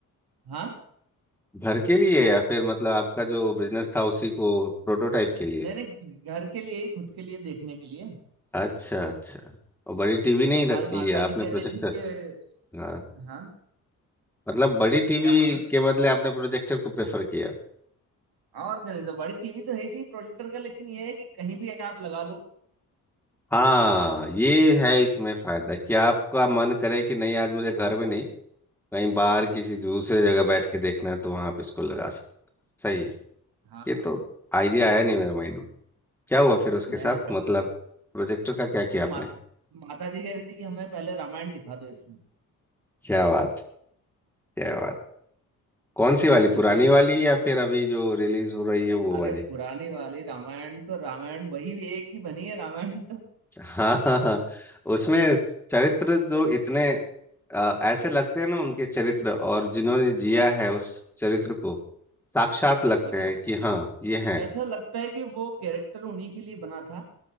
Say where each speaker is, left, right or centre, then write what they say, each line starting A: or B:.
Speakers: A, on the right (about 70°); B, in the centre.
A: हाँ
B: घर के लिए या फिर मतलब आपका जो बिजनेस था उसी को प्रोटोटाइप के लिए
A: नहीं नहीं घर के लिए ही खुद के लिए देखने के लिए
B: अच्छा अच्छा और बड़ी टीवी नहीं
A: तो हमारी
B: रख
A: माता
B: लिया आपने
A: जी कह
B: प्रोजेक्टर
A: रही थी कि
B: हाँ
A: हाँ
B: मतलब बड़ी टीवी
A: क्या बोल रहे
B: के बदले आपने प्रोजेक्टर को प्रेफर किया
A: हो और क्या नहीं तो बड़ी टीवी तो है ही सही प्रोजेक्टर का लेकिन ये है कि कहीं भी आप लगा लो
B: हाँ ये है इसमें फायदा कि आपका मन करे कि नहीं आज मुझे घर में नहीं कहीं बाहर किसी दूसरे जगह बैठ के देखना है तो वहां आप इसको लगा सकते सही है।
A: हाँ
B: ये
A: हाँ
B: तो आइडिया आया नहीं मेरे माइंड में क्या हुआ फिर उसके
A: नहीं
B: साथ
A: नहीं
B: मतलब प्रोजेक्टर का क्या किया
A: कि मा,
B: आपने
A: माता जी कह रही थी कि हमें पहले रामायण दिखा दो इसमें
B: क्या बात क्या बात कौन सी वाली
A: तो
B: पुरानी
A: वही
B: वाली या फिर अभी जो रिलीज हो रही है वो
A: अरे
B: वाली
A: पुरानी वाली रामायण तो रामायण वही एक ही बनी है रामायण तो
B: हाँ हाँ हाँ उसमें चरित्र जो इतने अ, ऐसे लगते हैं ना उनके चरित्र और जिन्होंने जिया है उस चरित्र को साक्षात लगते
A: मतलब
B: हैं कि हाँ ये हैं
A: ऐसा लगता है कि वो कैरेक्टर उन्हीं के लिए बना था